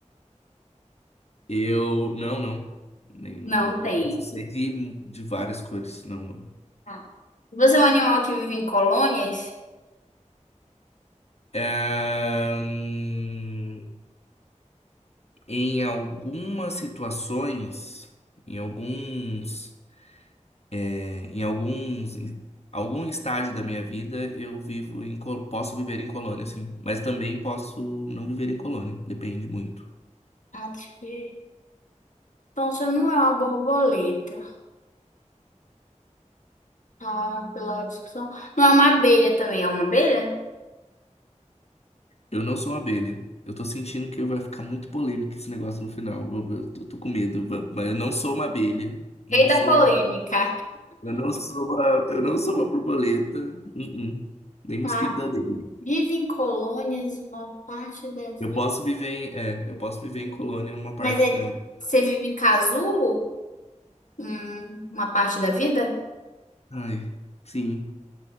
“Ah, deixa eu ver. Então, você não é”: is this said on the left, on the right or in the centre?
Left